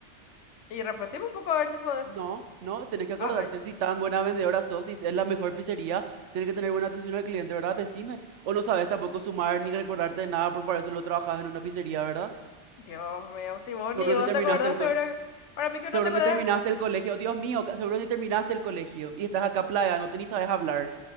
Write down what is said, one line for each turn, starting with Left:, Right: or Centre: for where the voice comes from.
Left: Y repetimos un poco a ver si podés.
Right: No, no, tenés que acordarte.
Left: Ay,
Right: Si tan buena vendedora sos, si es la mejor pizzería, tenés que tener buena atención al cliente, ¿verdad? Decime. O no sabes tampoco sumar ni recordarte de nada, porque para eso lo trabajas en una pizzería, ¿verdad?
Left: Dios mío, si vos
Right: Seguro
Left: ni vos
Right: ni terminaste
Left: te acordás,
Right: el col-
Left: seguro. que- Para mí que
Right: Seguro
Left: no te acordás,
Right: ni terminaste el colegio. Dios mío, ca- seguro ni terminaste el colegio. Y estás acá plagándote ni sabes hablar.